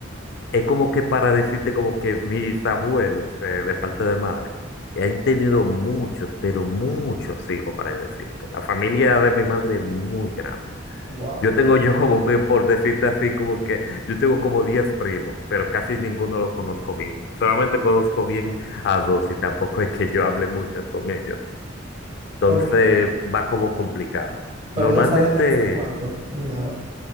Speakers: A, on the left; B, on the right.
A: es como que para decirte como que mis abuelos, eh, de parte de madre, han tenido muchos, pero muchos hijos, para decirte. La familia de mi madre es muy grande.
B: wow.
A: Yo tengo yo como que, por decirte así, como que yo tengo como 10 primos, pero casi ninguno los conozco bien. Solamente conozco bien a dos y tampoco <laughs> es que yo hable mucho con ellos. Entonces
B: Ok,
A: va como complicado.
B: pero
A: Normalmente,
B: no salen de vez en cuando, ni nada.